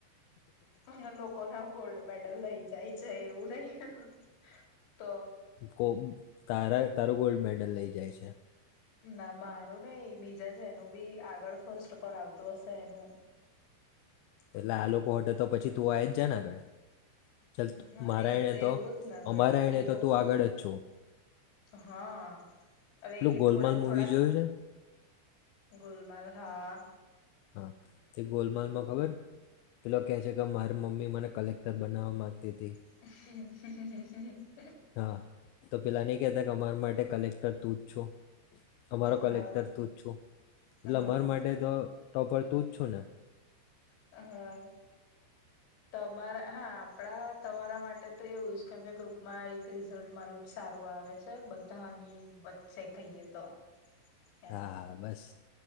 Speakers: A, on the left; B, on the left.
A: અને લોકોને ગોલ્ડ મેડલ લઈ જાય છે. એવું નહી. તો
B: કો. તારા તારું ગોલ્ડ મેડલ લઈ જાય છે.
A: ના મારું નહિ બીજા જેનું બી આગળ ફર્સ્ટ પર આવતું હશે એનું.
B: એટલે આ લોકો હટે તો પછી તું આઇ જ જાયને. ચાલ
A: હા
B: મારા
A: એ
B: એણે તો
A: એવું જ ના વળી
B: અમારા એણે
A: એ
B: તો
A: લોકો
B: તું આગળ જ છું.
A: હા. હવે
B: પેલું
A: એ
B: ગોલમાલ
A: થોડાક
B: મૂવી
A: થોડાક
B: જોયું છે
A: ગોલ. માલ હા.
B: હા તે ગોલમાલ માં ખબર પેલો કેહે છે કે મારી મમ્મી મને કલેક્ટર બનાવા માંગતી હતી.
A: <unintelligible>
B: હા તો પેલા નઈ કેતા કે અમારા માટે કલેક્ટર તું. પૂછો. અમારો
A: હા
B: કલેક્ટર
A: હા
B: તું જ છું એટલે
A: હા
B: અમાર માટે તો. ટોપર તું જ છું ને
A: હા. તમારા હા આપણા તમારા માટે તો એવું જ કેમ કે ગ્રુપમાં એક રિઝલ્ટ મારું જ સારું આવે છે બધાની વચ્ચે કહીએ તો. એમ
B: હા બસ.